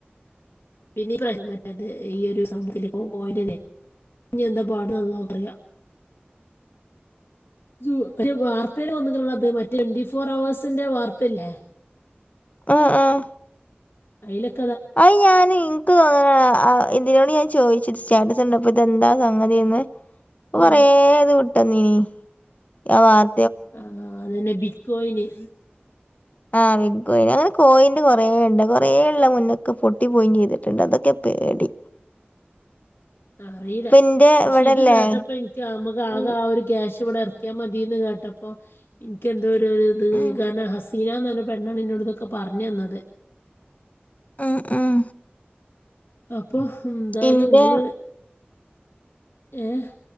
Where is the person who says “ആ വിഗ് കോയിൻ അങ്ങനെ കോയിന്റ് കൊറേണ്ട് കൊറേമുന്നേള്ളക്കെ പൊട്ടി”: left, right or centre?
Left